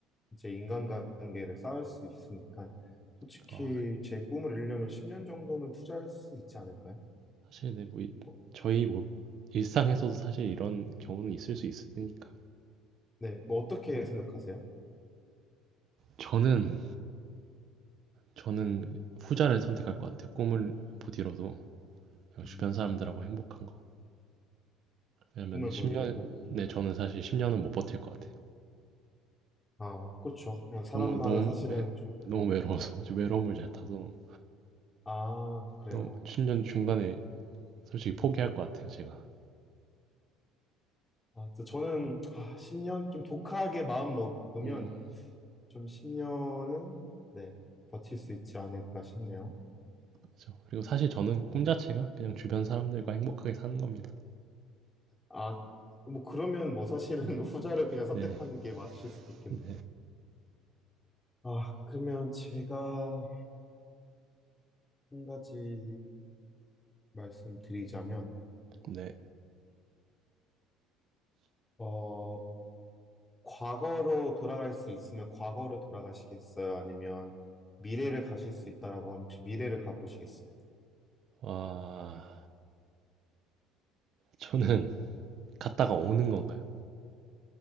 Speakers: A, on the left (about 15°); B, on the right (about 50°).
A: 이제 인간관계를 쌓을 수 있으니까 솔직히
B: 아
A: 제 꿈을 이루려면 10년 정도는 투자할 수 있지 않을까요?
B: 사실 네 뭐 이
A: 뭐,
B: 저희 뭐 일상에서도 사실 이런 경우는 있을 수 있으니까.
A: 네, 뭐 어떻게
B: 아
A: 생각하세요?
B: 저는 저는 그 후자를 선택할 것 같아요. 꿈을 못 이뤄도 그냥
A: 음,
B: 주변 사람들하고 행복한 거. 왜냐면
A: 꿈을
B: 10년
A: 못 이뤄도.
B: 네
A: 네.
B: 저는 사실 10 년은 못 버틸 것 같아요.
A: 아, 그렇죠. 뭐 사람마다
B: 너무 너무
A: 사실은
B: 네
A: 좀,
B: 너무 외로워서 <laughs> 저 외로움을 잘 타서
A: 아, 그래요.
B: 너무 10년 중간에 솔직히 포기할
A: 음. 음.
B: 것 같아요, 제가.
A: 아, 저- 저는, 아, 10년? 좀 독하게 마음 먹으면
B: 음.
A: 좀 10년은, 네, 버틸 수 있지 않을까 싶네요.
B: 그죠. 렇 그리고 사실 저는 꿈 자체가 그냥 주변 사람들과 행복하게 사는 겁니다.
A: 아, 뭐, 그러면 뭐 사실은
B: 네.
A: <laughs> 후자를 그냥 선택하는
B: 네.
A: 게 맞으실 수도 있겠네요.
B: 네.
A: 아, 그러면 제가 한 가지 말씀드리자면,
B: 네.
A: 어, 과거로 돌아갈 수 있으면 과거로 돌아가시겠어요? 아니면 미래를 가실 수 있다라고 하면 혹시 미래를 가보시겠어요?
B: 와. 저는 갔다가 오는 건가요?